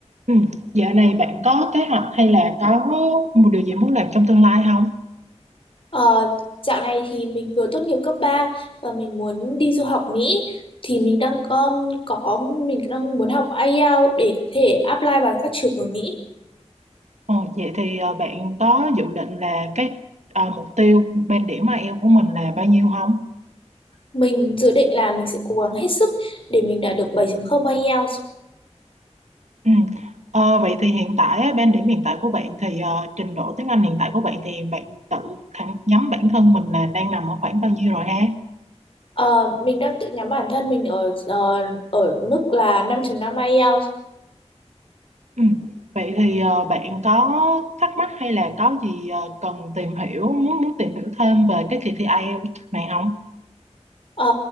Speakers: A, on the right; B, on the left.
A: Ừ. Dạo này bạn có kế hoạch hay là có một điều gì muốn làm trong tương lai không?
B: Ờ, dạo này thì mình vừa tốt nghiệp cấp 3 và mình muốn đi du học Mỹ thì mình đang có, có mình đang muốn học IELTS để có thể apply vào các trường ở Mỹ.
A: Ờ, vậy thì ờ, bạn có dự định là cái ờ, mục tiêu band điểm IELTS của mình là bao nhiêu không?
B: Mình dự định là mình sẽ cố gắng hết sức để mình đạt được 7.0 IELTS.
A: Ừ. Ờ, vậy thì hiện tại á, band điểm hiện tại của bạn thì ờ, trình độ tiếng Anh hiện tại của bạn thì bạn tự thẳng nhắm bản thân mình là đang nằm ở khoảng bao nhiêu rồi ha?
B: Ờ, mình đang tự nhắm bản thân mình ở ờ, ở mức là 5.5 IELTS.
A: Ừ. Vậy thì ờ, bạn có thắc mắc hay là có gì ờ, cần tìm hiểu muốn muốn tìm hiểu thêm về cái kỳ thi IELTS này không?
B: Ờ,